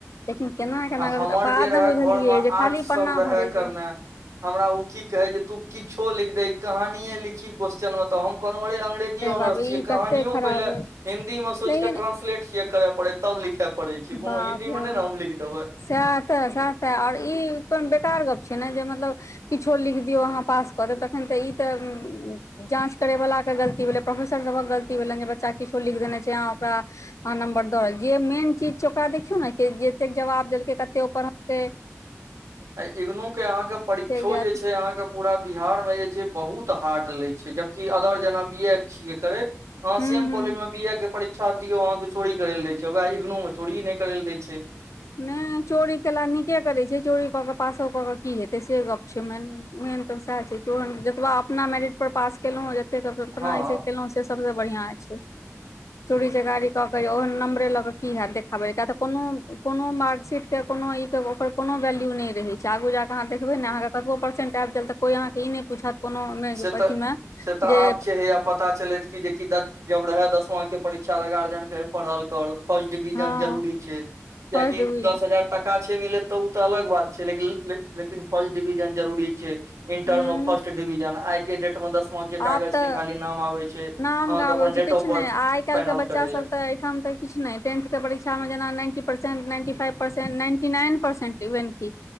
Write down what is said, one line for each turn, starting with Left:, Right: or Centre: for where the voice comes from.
Left: लेकिन केना केना
Right: आ हमर
Left: बाद
Right: जे रहए
Left: मे बुझलियै
Right: घरमे
Left: जे
Right: आर्ट्स
Left: खाली
Right: सब
Left: पन्ना
Right: रहए
Left: भरै
Right: करने
Left: छैय
Right: हमरा ओ की कह जे तू किछो लिख दही कहानीए लिखी क्वेस्चन मे तऽ हम कहलहु अरे अंग्रेजी ऑनरस
Left: बाप रे
Right: छीेयै
Left: ई
Right: कहानियो
Left: कते खराब
Right: पहिले
Left: अइ
Right: हिन्दी मे सोच
Left: लेकिन
Right: के ट्रांलेट छ करे पड़े त लिख परय छैय कोनो
Left: बाप
Right: हिन्दी मे
Left: रे
Right: ने हम लिख देबै
Left: सएह तऽ सएह तऽ आओर ई को बेकार गप्प छैय ने जे मतलब किछो लिख दियौ अहाँ पास करऽब तखन तऽ ई तऽ जाँच करय वालला के गलती भेलै प्रोफेसर सभक गलती भेलनि जे बच्चा किछो लिख देने छैय ओकरा आहां नम्बर दोर जे मेन चीज छैय ओकरा देखियौ ने कि जतेक जवाब देलकै कतेक परलकै
Right: आ इगनू के अहाँके परीक्षो
Left: जायत
Right: जे छैय अहाँके पूरा बिहारमे जे छैय बहुत हार्ड लै छैय जबकि अदर जेना बी ए छियै करैत ह
Left: हूं
Right: सी एम
Left: हूं
Right: कॉलेज मे बी ए के पढ़ छ दियौ अहाँ के चोरी कर ल दै छैय वएह इंग्नो मे चोरी कर ले दै छैय
Left: नहि चोरी केल नीके करैत छैय चोरी कऽ केऽ पासो कऽ के की हेतै से गप छैय मे मेन। तऽ सएह छैय च जतबा अपना मेरिट पर पास केलहु जत अपना
Right: हँ
Left: ई केलहु से सबसँ बढ़िआँ छैय। चूड़ी जे गाड़ी क के य ओह नंबरे लऽ क की हैत देखाबै किया तऽ कोनो कोनो मार्कशीट के कोनो ई के ओकर कोनो वैल्यू नहि रह छैय आगू जाकऽ अहाँ देखबै ने अहाँके कतबो परसेंट आबि जायत तऽ कोइ अहाँके ई नहि पूछत कोनो
Right: से तऽ
Left: अथीमे
Right: से तऽ आब
Left: जे
Right: छै हैया पता चलैत की जेकि जब रहे दसमा के परीक्षा गार्जियन केे पढ़ल करु। फर्स्ट डिविजन
Left: हँ
Right: जरूरी छैय कियकि
Left: फर्स्ट डिवीजन
Right: दस हजार टाका छैय मिले तऽ ओ तऽ अलग बात छैय लेकिन लेकिन फर्स्ट डिविजन जरूरी छैय। इन्टरमे
Left: हूँ
Right: फर्स्ट डिविजन आइ के डेट ठ दसमाके कागज
Left: आब तऽ
Right: के खाली नाम आबै छैय
Left: नाम
Right: अहाँके
Left: गाबै
Right: अपन
Left: छै
Right: डेट
Left: किछु
Right: ऑफ
Left: नहि
Right: बर्थ
Left: आइ काल्हिके
Right: फाइनल
Left: बच्चा
Right: करै ल।
Left: सब तऽ एहिठाम तऽ किु नहि टेथके परीक्षामे जेना ninety percent ninety five percent ninety nine percent even कि